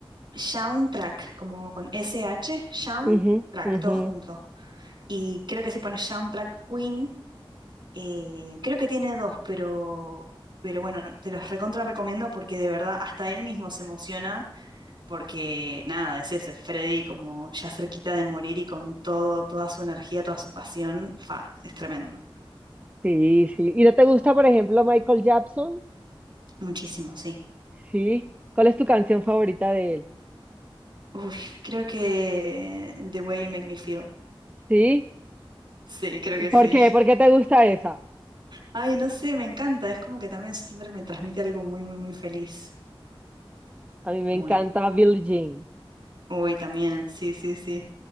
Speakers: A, on the right; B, on the right.
A: Soundtrack, como con SH, Soundtrack,
B: Ujú, ujú.
A: todo junto. Y creo que si pones Soundtrack Queen, Eh, creo que tiene dos, pero, pero bueno, te los recontra recomiendo porque de verdad hasta él mismo se emociona porque nada, es eso, es Freddy como ya cerquita de morir y con todo, toda su energía, toda su pasión, fa, es tremendo.
B: Sí, sí. ¿Y no te gusta, por ejemplo, Michael Jackson?
A: Muchísimo, sí.
B: Sí. ¿Cuál es tu canción favorita de él?
A: Uy, creo que The Way You Make Me Feel.
B: Sí.
A: Sí, creo que sí.
B: ¿Por qué?
A: <laughs>
B: ¿Por qué te gusta esa?
A: Ay, no sé, me encanta. Es como que también siempre me transmite algo muy, muy, muy feliz.
B: A mí me
A: Muy.
B: encanta Billie Jean.
A: Uy, también, sí, sí, sí.